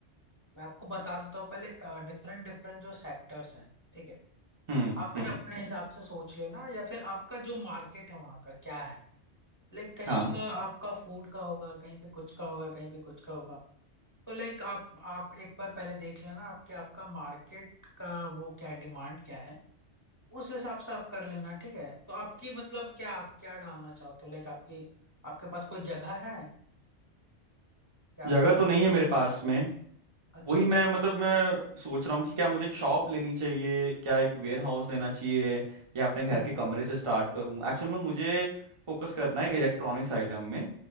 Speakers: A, on the left; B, on the right.
A: मैं आपको बता देता हूँ पहले डिफरेंट डिफरेंट जो सेक्टर्स हैं ठीक है
B: हम्म
A: आप फिर
B: हम्म
A: अपने हिसाब से सोच लेना या फिर आपका जो मार्केट है वहां का क्या है लाइक कहीं
B: हाँ
A: का आपका फूड का होगा कहीं पे कुछ का होगा कहीं पे कुछ का होगा तो लाइक आप आप एक बार पहले देख लेना आपके आपका मार्केट का वो क्या डिमांड क्या है उस हिसाब से आप कर लेना ठीक है तो आपकी मतलब क्या आप क्या डालना चाहते हो लाइक आपकी आपके पास कोई जगह है या आप
B: जगह
A: वहां
B: तो नहीं
A: पे
B: है
A: कुछ
B: मेरे पास में
A: अच्छा
B: वही
A: अच्छा
B: मैं मतलब मैं सोच रहा हूँ कि क्या मुझे एक शॉप लेनी चाहिए क्या एक वेयर हाउस लेना चाहिए या अपने
A: हम्म
B: घर
A: हम्म
B: के कमरे
A: हम्म।
B: से स्टार्ट करूँ एक्चुअल में मुझे फोकस करना है इलेक्ट्रॉनिक्स आइटम में